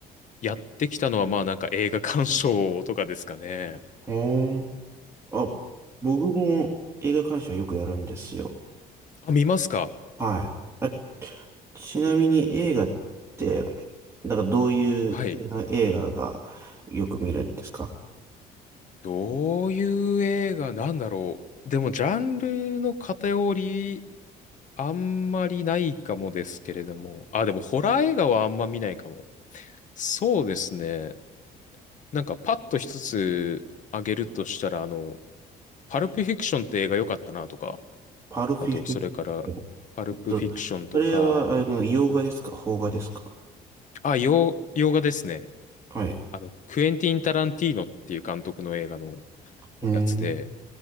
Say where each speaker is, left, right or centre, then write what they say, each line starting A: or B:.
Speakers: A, on the left; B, on the right.
A: やってきたのは、まあ、なんか映画鑑賞とかですかね。
B: ほーん。あ、僕も映画鑑賞よくやるんですよ。
A: あ、見ますか
B: はい。あ、ちなみに映画って、なんかどういう映画がよく見るんですか
A: はい。どういう映画なんだろう。でも、ジャンルの偏り、あんまりないかもですけれども。あ、でも、ホラー映画はあんま見ないかも。そうですね。なんかパッと一つ挙げるとしたら、あの、パルプフィクションって映画良かったなとか、
B: パルフィフィえっと、
A: あと、それから、パルプフィクションとか、
B: それは、あの、洋画ですか邦画ですか
A: あ、洋、洋画ですね。
B: はい。
A: あの、クエンティン・タランティーノっていう監督の映画の
B: うーん。
A: やつで、